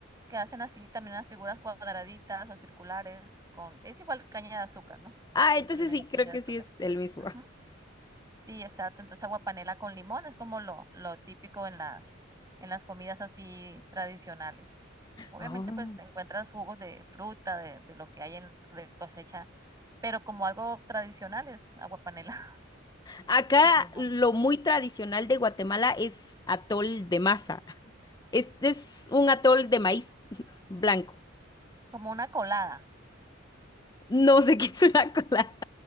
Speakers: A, on the right; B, on the left.
A: que hacen así también las figuras cuadraditas o circulares con es igual caña de azúcar, ¿no?
B: Ah,
A: Todo
B: entonces
A: esto viene
B: sí,
A: de la
B: creo
A: caña
B: que
A: de azúcar,
B: sí es
A: sí.
B: el mismo.
A: Ujú.
B: <laughs>
A: Sí, exacto. Entonces, aguapanela con limón es como lo lo típico en las en las comidas así tradicionales. Obviamente,
B: Ah.
A: pues, encuentras jugos de fruta, de de lo que hay en de cosecha, pero como algo tradicional es aguapanela <laughs>
B: Acá
A: con limón.
B: lo muy tradicional de Guatemala es atol de masa. Este es un atol de maíz <laughs> blanco.
A: Como una colada,
B: No sé qué es una colada,